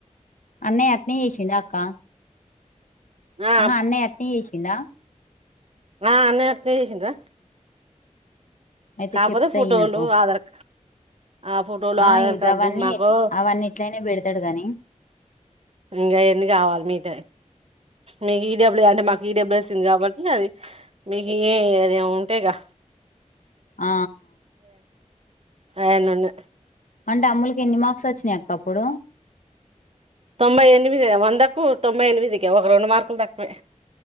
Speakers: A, on the left; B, on the right.
A: అన్నయ అట్నే చేేసిిందా అక్కా
B: ఆ
A: ఆహా అన్నయ్య అట్నే చేసిిండా
B: నా అన్నయ్య కే చేసిండు రా
A: అయితే
B: కాపోతే
A: చెప్తా
B: ఫోటోలు
A: ఈయనకు
B: ఆధార్ ఆ ఫోటోలు
A: ఆ
B: ఆధార్
A: ఇగ
B: కార్డు
A: అవన్నీ
B: మాకు
A: ఇట్ల అవన్నీ ఇట్లనే బడతు ఎత్తాడుగాని
B: ఇంకా ఎన్ని కావాలి మీద మీకు ఈడబ్్యూ అంటే మాకు ఈడబ్ల్యూ వస్తుంది కాబటి ఇ అవి మీకు ఏ అదిే ఉంటేగా
A: ఆ
B: ఆనన్న
A: అంటే అమ్ములకి ఎన్ని మార్క్స్ వచ్చినాయి అక్కప్పుడు
B: తొంభై ఎనిమిది వందకు తొంభై ఎనిమిదికి ఒక రెండు మార్కులు తక్కువే